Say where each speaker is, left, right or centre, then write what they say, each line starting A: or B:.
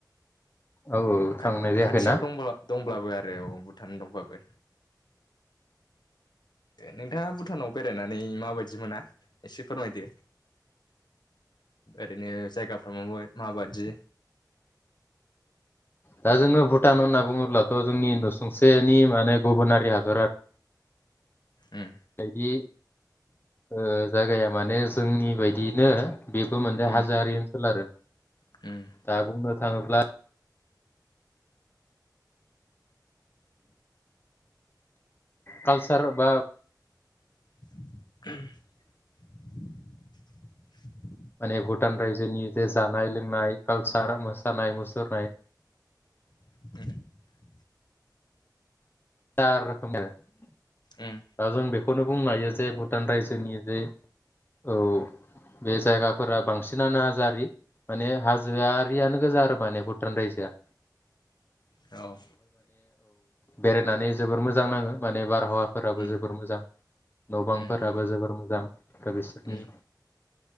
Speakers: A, on the left (about 30°); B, on the left (about 75°).
A: औ औ थांनाय
B: खा
A: जायाखैना
B: खाथियाव दंबा दंब्लाबो आरो औ भुटान दंब्लाबो। नोंथाङा भुटानाव बेरायनानै माबायदि मोना एसे फोरमायदो ओरैनो जायगाफ्रा मा माबायदि।
A: दा जोङो भुटान होनना बुङोब्ला। थ' जोंनि नुसुंसेनि माने गुबुनारि हाब हादर
B: उम
A: बायदि ओ। जायगाया माने जोंनि बायदियैनो। बेबो मोन
B: उम
A: हाजोआरि ओनसोल आरो,
B: उम उम
A: दा बुंनो थाङोब्ला। कालसार बा
B: <inaudible>
A: माने भुटान रायजोनि जे जानाय लोंनाय कालसार मोसानाय मुसुरनाय।
B: <inaudible>
A: जा रोखोमनि आरो।
B: उम
A: दा जों बेखौ। बेखौनो बुंनो हायो जे भुटान रायजोनि जे औ बे जायगाफोरा बांसिनानो हाजोआ माने हाजोआरियानो गोजा आरो माने भुटान रायजोआ।
B: औ।
A: बे होननानै जोबोर मोजां नाङो माने बारहावा। फोराबो
B: उम
A: जोबोर मोजां न'बांफोराबो
B: उम उम
A: जोबोर मोजां। दान बेसोरनि।
B: उम